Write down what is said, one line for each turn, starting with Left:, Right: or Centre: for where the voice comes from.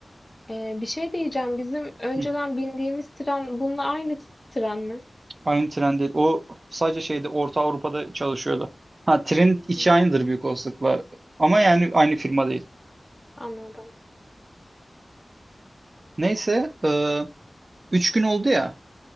Left: Ee, bir şey diyeceğim. Bizim önceden
Right: Hı.
Left: bindiğimiz tren bununla aynı tren mi?
Right: Aynı tren değil. O sadece şeyde Orta Avrupa'da çalışıyordu. Ha trenin
Left: Hı,
Right: içi aynıdır büyük olasılıkla. Ama yani aynı firma değil.
Left: Anladım.
Right: Neyse E, 3 gün oldu ya.